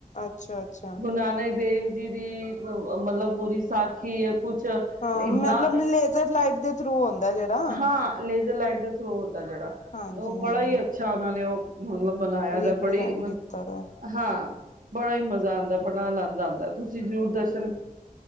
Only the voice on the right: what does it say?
ਗੁਰੂ ਨਾਨਕ ਦੇਵ ਜੀ ਦੀ ਮਤਲਬ ਪੂਰੀ ਸਾਖੀ ਕੁਛ
ਇੰਨਾ
ਹਾਂ, ਲੇਜ਼ਰ ਲਾਈਟ ਦੇ ਥਰੂ ਹੁੰਦਾ ਜਿਹੜਾ
ਉਹ
ਬੜਾ ਹੀ ਅੱਛਾ ਉਹਨਾਂ ਨੇ ਉਹ ਮਤਲਬ ਬਣਾਇਆ
ਤਾਂ ਬੜੀ,
ਹਾਂ। ਬੜਾ ਹੀ ਮਜ਼ਾ ਆਂਦਾ ਬੜਾ ਆਨੰਦ ਆਂਦਾ ਤੁਸੀਂ ਜ਼ਰੂਰ ਦਰ